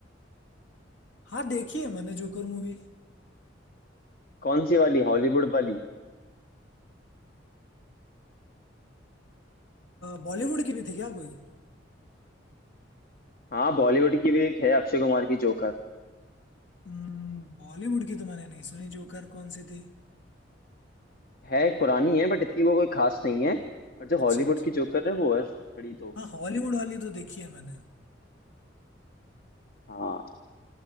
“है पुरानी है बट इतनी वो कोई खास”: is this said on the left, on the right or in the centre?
Left